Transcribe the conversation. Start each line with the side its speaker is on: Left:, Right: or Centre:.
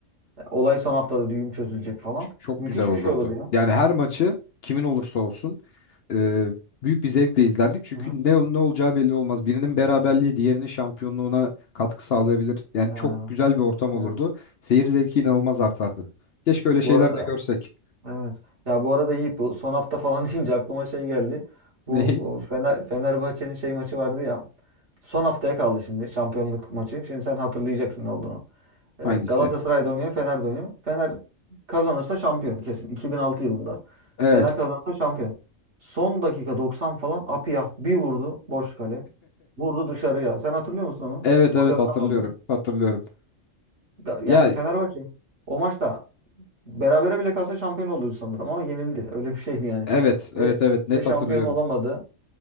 Right: Ya Olay son haftada düğüm çözülecek falan.
Left: Ç- Çok
Right: Müthiş
Left: güzel olurdu.
Right: bir şey olur ya.
Left: Yani her maçı kimin olursa olsun e, büyük bir zevkle izlerdik. Çünkü
Right: Hı hı.
Left: ne ol- ne olacağı belli olmaz. Birinin beraberliği diğerinin şampiyonluğuna katkı sağlayabilir. Yani
Right: Ha,
Left: çok güzel bir ortam olurdu.
Right: evet.
Left: Seyir zevki inanılmaz artardı. Keşke öyle şeyler
Right: Bu arada
Left: de görsek.
Right: Evet. Ya bu arada Yiğit bu son hafta falan <laughs> deyince aklıma şey geldi. Bu
Left: <laughs> Ney?
Right: o, Fener, Fenerbahçe'nin şey maçı vardı ya. Son haftaya kaldı şimdi şampiyonluk maçı. Şimdi sen hatırlayacaksın ne olduğunu. Ee,
Left: Hangisi?
Right: Galatasaray'da oynuyor, Fener'de oynuyor. Fener kazanırsa şampiyon kesin. 2006 yılında.
Left: Evet.
Right: Fener kazanırsa şampiyon. Son dakika 90 falan Apiyah bir vurdu boş kale. Vurdu dışarıya. Sen hatırlıyor musun onu?
Left: Evet
Right: Golü
Left: evet
Right: atamadı.
Left: hatırlıyorum. Hatırlıyorum.
Right: Ee, Yani
Left: Ya
Right: Fenerbahçe o maçta Berabere bile kalsa şampiyon oluyordu sanırım ama yenildi. Öyle bir şeydi yani.
Left: evet evet
Right: Ve
Left: evet net
Right: ve şampiyon
Left: hatırlıyorum.
Right: olamadı.